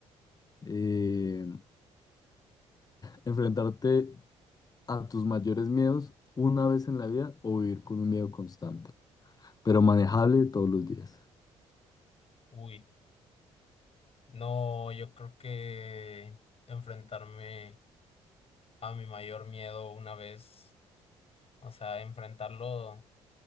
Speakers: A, on the left; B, on the left.
A: Eh, ¿enfrentarte a tus mayores miedos una vez en la vida o vivir con un miedo constante, pero manejable todos los días.
B: Uy, no, yo creo que enfrentarme a mi mayor miedo una vez, o sea, enfrentarlo.